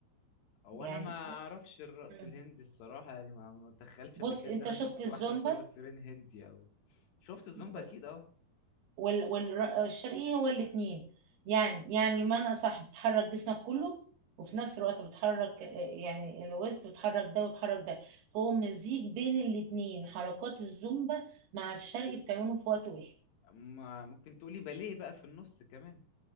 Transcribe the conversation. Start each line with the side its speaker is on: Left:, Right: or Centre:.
Left: هو
Right: يعني
Left: انا ما اعرفش الرقص
Right: مم.
Left: الهندي الصراحه يعني ما ما اتخيلتش
Right: بص
Left: قبل كده
Right: انت
Left: ده انا
Right: شفت
Left: شفت
Right: الزومبا
Left: واحده بترقص سيرين هندي او شفت الزومبا
Right: بس
Left: اكيد اه
Right: وال... والشرقي هو الاتنين يعني يعني معنى صح بتحرك جسمك كله وفي نفس الوقت بتحرك آه، يعني الوسط بتحرك ده وتحرك ده فهو مزيج بين الاتنين حركات الزومبا مع الشرقي بتعملهم في وقت واحد
Left: ما- ممكن تقولي باليه بقى في النص كمان